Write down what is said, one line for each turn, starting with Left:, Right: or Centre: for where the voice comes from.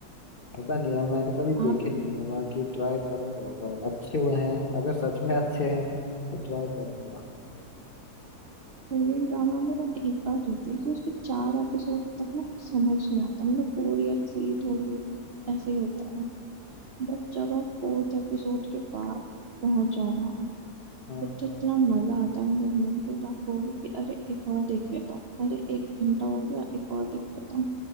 Left: पता नहीं यार मैंने कभी
Right: आप
Left: देखे नहीं है बाकी ट्राई करूंगा अगर अच्छे हुए हैं अगर सच में अच्छे हैं तो ट्राई करूंगा
Right: कोरियन ड्रामा में ना एक बात होती है कि उसके चार एपिसोड तक ना समझ नहीं आता मतलब बोरियत सी थोड़ी ऐसे ही होता है बट जब आप फोर्थ एपिसोड के बाद पहुंच जाओ ना फिर
Left: हाँ
Right: तो इतना मजा आता है ना देखने में फिर आप कहोगे कि अरे एक और देख लेता हूँ अरे एक घंटा हो गया एक और देख लेता हूँ